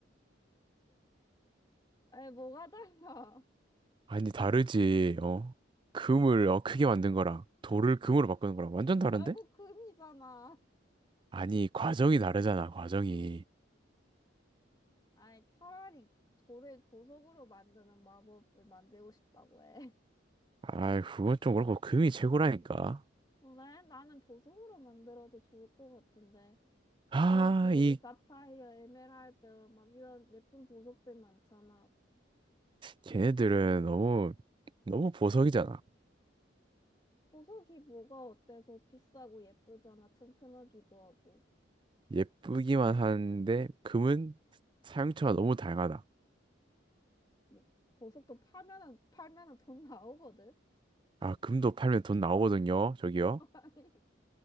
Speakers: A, on the left; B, on the right.
A: 아이, 뭐가 달라?
B: 아니, 다르지, 어. 금을 어, 크게 만든 거랑 돌을 금으로 바꾸는 거랑 완전 다른데?
A: <laughs> 결국 금이잖아.
B: 아니, 과정이 다르잖아, 과정이.
A: 아이, 차라리 돌을 보석으로 만드는 마법을 만들고 싶다고 해.
B: 아이, 그건 좀 그렇고, 금이 최고라니까.
A: 그래? 나는 보석으로 만들어도 좋을 것 같은데.
B: 아,
A: 루비,
B: 이,
A: 사파이어, 에메랄드, 막 이런 예쁜 보석들 많잖아.
B: 걔네들은 너무, 너무 보석이잖아.
A: 보석이 뭐가 어때서 비싸고 예쁘잖아. 튼튼하기도 하고.
B: 예쁘기만 하는데, 금은 사용처가 너무 다양하다.
A: 뭐, 보석도 팔면은, 팔면은 돈 나오거든?
B: 아, 금도 팔면 돈 나오거든요, 저기요.
A: <laughs> 아니,